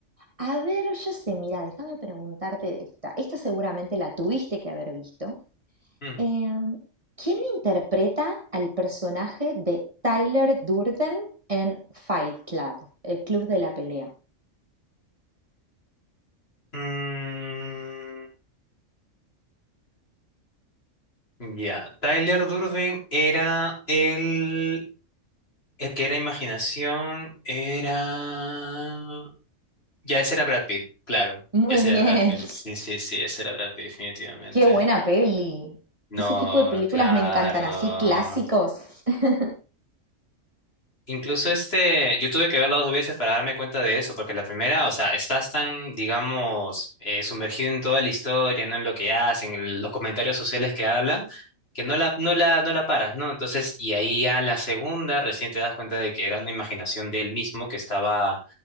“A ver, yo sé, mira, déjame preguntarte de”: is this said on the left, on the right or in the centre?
Right